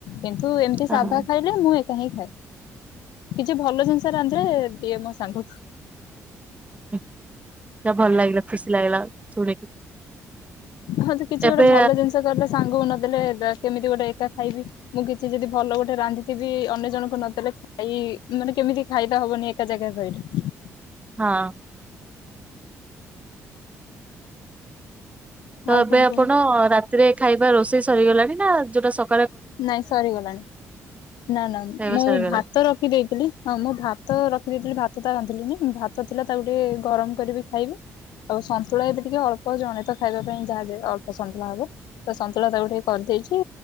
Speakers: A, on the left (about 70°); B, on the right (about 15°).
A: କିନ୍ତୁ ଏମିତି
B: ହଁ
A: ସାଧା ଖାଇଲେ ମୁଁ ଏକା ହିଁ ଖାଏ କିଛି ଭଲ ଜିନିଷ ରାନ୍ଧେ ଦିଏ ମୋ ସାଙ୍ଗକୁ।
B: ଉଁ ତା ଭଲ ଲାଗିଲ ଖସି ଲାଗିଲ ଶୁଣିକି।
A: ହଁ ତ କିଛି
B: ଏବେ
A: ଗୋଟେ ଭଲ ଜିନଷ କଲେ ସାଙ୍ଗକୁ ନଦେଲେ ବା କେମିତି ଗୋଟେ ଏକା ଖାଇବି। ମୁଁ କିଛି ଯଦି ଭଲ ଗୋଟେ ରାନ୍ଧିଥିବି ଅନ୍ୟ ଜଣଙ୍କୁ ନ ଦେଲେ ଫାଇ ମାନେ କେମିତି ଫାଇଦା ହବନି ଏକା ଜାଗାରେ ରହିଲେ?
B: ହଁ। ତ
A: ଆଉ
B: ଏବେ
A: କଣ
B: ଆପଣ
A: କୁହ
B: ରାତିରେ ଖାଇବା ରୋଷେଇ ସରିଗଲାଣି ନା ଯୋଉଟା ସ
A: ନାଇଁ ସରିଗଲାଣି ନା ନା
B: ଖାଇବା
A: ମୁଁ
B: ସରିଗଲାଣି
A: ଭାତ ରଖି ଦେଇଥିଲି ହଁ ମୁଁ ଭାତ ରଖିଦେଇଥିଲି ଭାତଟା ରାନ୍ଧଥିଲି ନା ଭାତ ଥିଲା ତାକୁ ଟିକେ ଗରମ କରିବି ଖାଇବି। ଆଉ ସନ୍ତୁଳା ଏବେ ଟିକେ ଅଳ୍ପ ଜଣେ ତ ଖାଇବା ପାଇଁ ଯାହା ଯେ ଅଳ୍ପ ସନ୍ତୁଳା ହବ। ତ ସନ୍ତୁଳା ତାକୁ ଟିକେ କରିଦେଇଚି